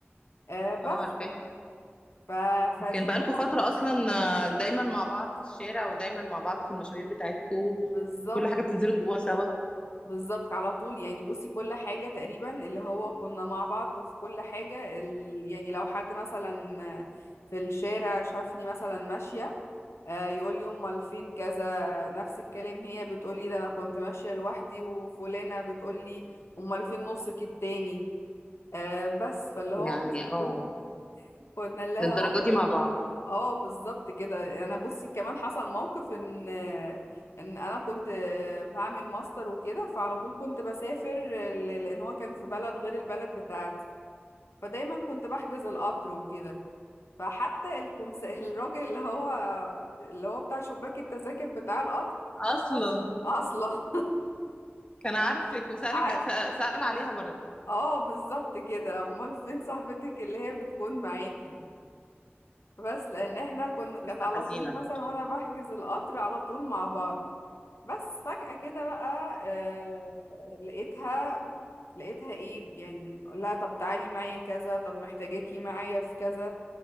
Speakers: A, on the left (about 80°); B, on the left (about 25°).
A: آه بس
B: اه عارفاه
A: ف... فدي
B: كان بقالكوا
A: كلها
B: فتره اصلا آه، دايما مع بعض في الشارع ودايما مع بعض في المشاوير بتاعتكوا
A: بالظبط
B: كل حاجه بتنزلوا جوا سوا
A: بالظبط على طول يعني بصي كل حاجة تقريبا اللي هو كنا مع بعض في كل حاجة ال... يعني لو حد مثلا في الشارع شافني مثلا ماشية آه، يقول لي امال فين كذا نفس الكلام هي بتقول لي ده انا كنت ماشية لوحدي وفلانة بتقول لي امال فين نصك التاني آه، بس فاللي هو
B: يعني
A: بص
B: اه
A: <laughs> كنا لها
B: للدرجة دي مع بعض
A: اه بالظبط كده انا بصي كمان حصل موقف ان ان انا كنت بعمل ماستر وكده فعلى طول كنت بسافر ل- لان هو كان في بلد غير البلد بتاعتي فدايما كنت بحجز القطر وكده فحتى الكمس... <laughs> الراجل اللي هو اللي هو بتاع شباك التذاكر بتاع القطر
B: أصلا
A: اصلا
B: كان عارفك وسألك
A: <laughs> ع-
B: سأ- سأل عليها برضه
A: اه بالظبط كده امال فين صاحبتك اللي هي بتكون معاكي بس لان احنا كنا
B: ده
A: كانت
B: قصة
A: على
B: حزينة
A: طول مثلا وانا بحجز القطر على طول مع بعض بس فجأة كده بقى آه لقيتها لقيتها ايه يعني لا طب تعالي معايا كذا طب محتاجاكي معايا في كذا